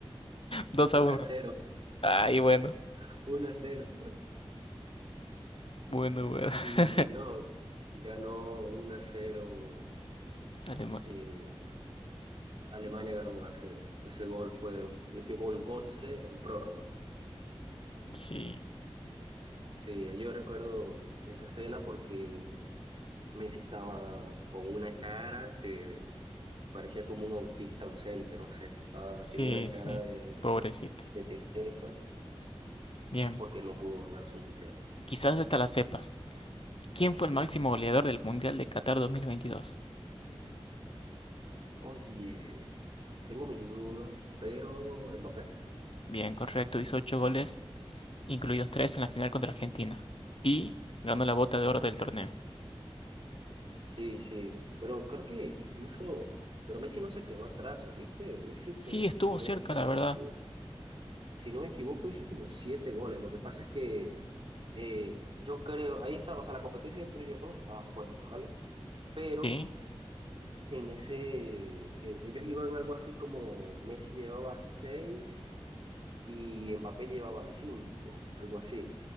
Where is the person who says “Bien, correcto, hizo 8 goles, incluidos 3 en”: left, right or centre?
Left